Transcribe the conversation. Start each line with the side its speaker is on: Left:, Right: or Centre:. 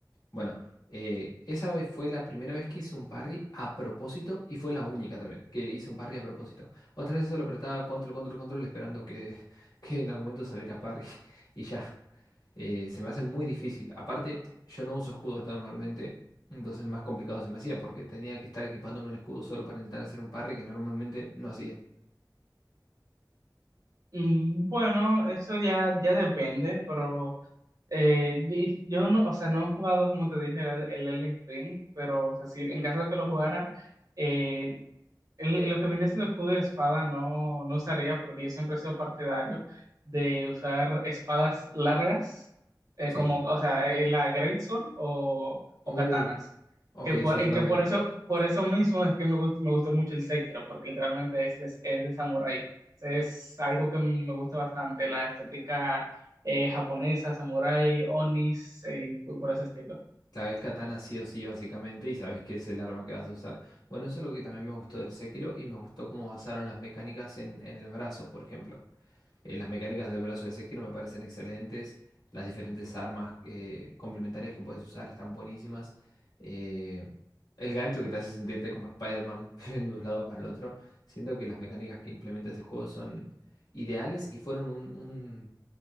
Left: Bueno, eh, esa vez fue la primera vez que hice un parry a propósito y fue la única también que hice un parry a propósito. Otras veces solo apretaba control, control, control esperando que, <laughs> que en algún momento saliera parry <laughs> y ya. eh, se me hace muy difícil. Aparte, yo no uso escudos normalmente, entonces más complicado se me hacía porque tenía que estar equipándome un escudo solo para intentar hacer un parry que normalmente no hacía.
Right: Mm, bueno, eso ya, ya depende, pero eh, y- yo no, o sea, no he jugado, como te dije, el, el Elden Ring, pero o sea, sí, en caso de que lo jugara, eh, el- lo que viene siendo el escudo de espada no, no usaría porque yo siempre he sido partidario de usar espadas largas, eh,
Left: Sí.
Right: como, o sea, eh, la greatsword o, o
Left: Uh,
Right: katanas.
Left: ok,
Right: Que por,
Left: sí, yo
Right: y
Left: también.
Right: que por eso, por eso mismo es que me gust- me gustó mucho el Sekiro, porque literalmente es de, es de samurái. Es algo que me gusta bastante, la estética eh, japonesa, samurái, onis, eh, y por ese estilo.
Left: Sabes katana sí o sí, básicamente, y sabes que es el arma que vas a usar. Bueno, eso es algo que también me gustó del Sekiro y me gustó cómo basaron las mecánicas en, en el brazo, por ejemplo. Eh, las mecánicas del brazo de Sekiro me parecen excelentes. Las diferentes armas eh, complementarias que puedes usar están buenísimas. eh, el gancho que te hace sentirte como Spider-Man <laughs> yendo de un lado para el otro. Siento que las mecánicas que implementa ese juego son ideales y fueron un- un-